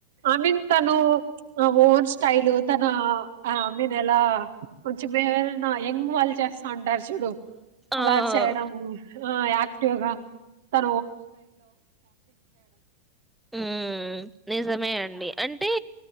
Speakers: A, on the right; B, in the centre.
A: ఐ మీన్ తను ఆ ఓన్ స్టైల్ తనఐ మీన్ ఎలా కొ వరనా ఎంగ్ వాళ్ళు చేస్తా ఉంటారు చూడు అలా
B: ఆ
A: చేయడం యాక్టివ్ గా చ
B: ఆ నిజమే అండి అంటే